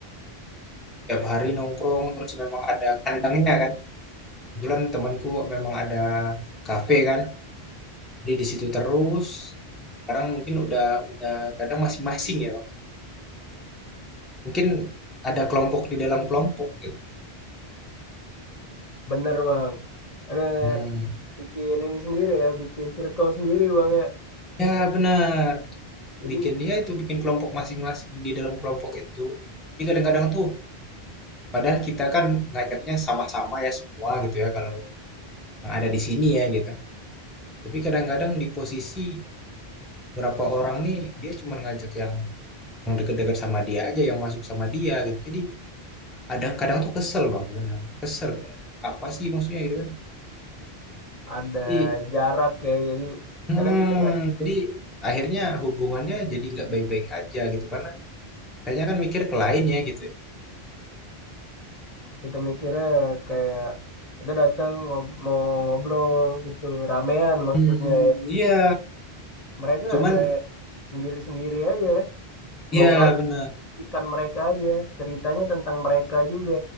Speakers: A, in the centre; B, on the left.
A: setiap hari nongkrong terus memang ada kandangnya kan. Kebetulan temanku memang ada kafe kan. Jadi di situ terus. Sekarang mungkin udah udah kadang masing-masing ya, Bang. Mungkin ada kelompok di dalam kelompok gitu.
B: bener bang ada
A: Hmm.
B: bikin ini sendiri ya bikin circle sendiri bang ya
A: Ya benar.
B: jadi
A: Bikin dia itu bikin kelompok masing-masing di dalam kelompok itu. Jadi kadang-kadang tuh padahal kita kan ngajaknya sama-sama ya semua gitu ya kalau yang ada di sini ya gitu. Tapi kadang-kadang di posisi beberapa orang nih dia cuma ngajak yang yang deket-deket sama dia aja yang masuk sama dia gitu. Jadi kadang kadang tuh kesel bang benar kesel kayak apa sih maksudnya gitu kan.
B: ada
A: Jadi
B: jarak ya jadi
A: hmm,
B: kadang kita
A: jadi akhirnya hubungannya jadi nggak baik-baik aja gitu karena kitanya kan mikir ke lain ya gitu ya.
B: kita mikirnya kayak kita datang ngob- mau ngobrol gitu ramean maksudnya
A: Hmm, iya.
B: mereka
A: Cuman
B: kayak sendiri-sendiri aja ngobrol
A: Iya benar,
B: ikan mereka aja ceritanya tentang mereka juga